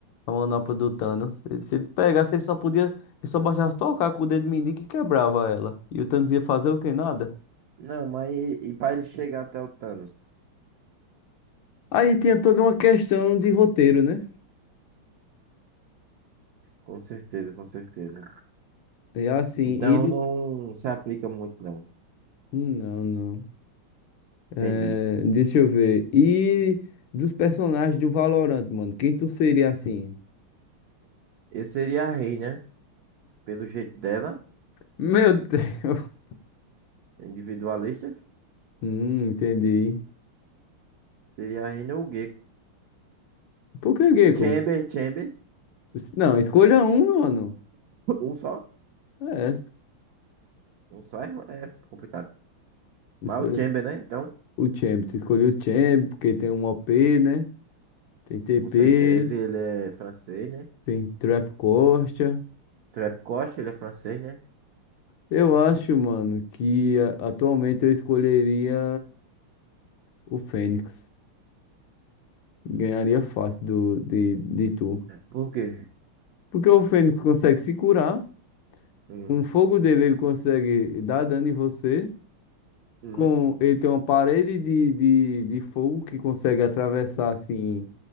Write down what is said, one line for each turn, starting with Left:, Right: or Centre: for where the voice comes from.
Left: a manopla do Thanos. Se ele pegasse, ele só podia. Ele só bastava tocar com o dedo mindinho que quebrava ela. E o Thanos ia fazer o que? Nada.
Right: Não, mas e, e para ele chegar até o Thanos?
Left: Aí tinha toda uma questão de roteiro, né?
Right: Com certeza, com certeza.
Left: E assim,
Right: Então
Left: e do...
Right: não se aplica muito, não.
Left: Hum, Não, não. É,
Right: Entendi.
Left: deixa eu ver. E dos personagens do Valorant, mano. Quem tu seria assim?
Right: Eu seria a Rei, né? Pelo jeito dela,
Left: Meu Deus. <laughs>
Right: individualistas,
Left: Hum, entendi.
Right: seria a Reina ou o Gecko.
Left: Por que, Gecko?
Right: Chamber, Chamber,
Left: Não, escolha um, mano.
Right: um só.
Left: É,
Right: Um só é, é complicado.
Left: escolha
Right: Mas o Chamber, né? Então,
Left: o Champ. Tu escolheu o Champ, porque tem um OP, né? Tem TP.
Right: com certeza ele é francês, né?
Left: Tem Trap Costa.
Right: Trapcoche, ele é francês, né?
Left: Eu acho, mano, que a- atualmente eu escolheria o Fênix. Ganharia fácil do, de, de tu.
Right: Por quê?
Left: Porque o Fênix consegue se curar.
Right: Hum,
Left: Com o fogo dele, ele consegue dar dano em você.
Right: hum.
Left: Com, ele tem uma parede de, de, de fogo que consegue atravessar, assim,